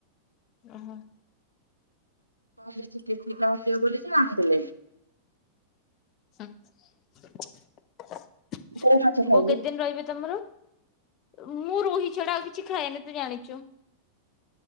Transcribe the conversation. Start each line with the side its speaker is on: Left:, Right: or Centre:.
Left: ଓହୋ।
Right: <unintelligible>
Left: ବୋଉ
Right: କୋଉ ମାଛ ଖାଇଲୁ
Left: କେତେ ଦିନ ରହିବେ ତମର? ମୁଁ ରୋହି ଛଡା ଆଉ କିଛି ଖାଏନି ତୁ ଜାଣିଚୁ।